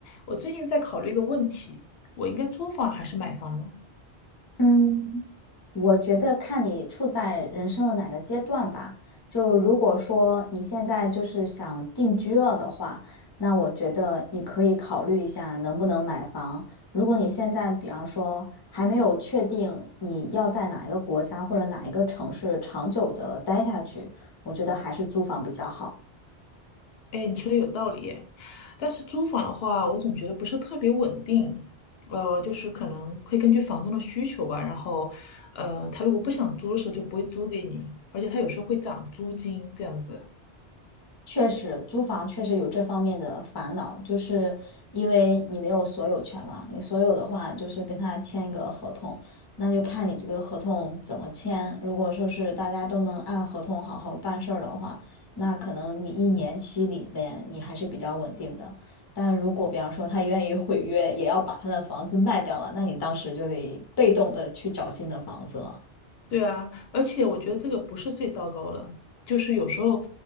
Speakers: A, on the left; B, on the left.
A: 我最近在考虑一个问题，我应该租房还是买房呢？
B: 嗯，我觉得看你处在人生的哪个阶段吧。就如果说你现在就是想定居了的话，那我觉得你可以考虑一下能不能买房。如果你现在比方说还没有确定你要在哪一个国家或者哪一个城市长久的待下去，我觉得还是租房比较好。
A: 哎，你说的有道理耶，但是租房的话，我总觉得不是特别稳定，呃，就是可能会根据房东的需求吧，然后，呃，他如果不想租的时候就不会租给你，而且他有时候会涨租金这样子。
B: 确实，租房确实有这方面的烦恼，就是因为你没有所有权嘛。你所有的话，就是跟他签一个合同，那就看你这个合同怎么签。如果说是大家都能按合同好好办事儿的话，那可能你一年期里面你还是比较稳定的。但如果比方说他愿意毁约，也要把他的房子卖掉了，那你当时就得被动的去找新的房子了。
A: 对啊，而且我觉得这个不是最糟糕的，就是有时候，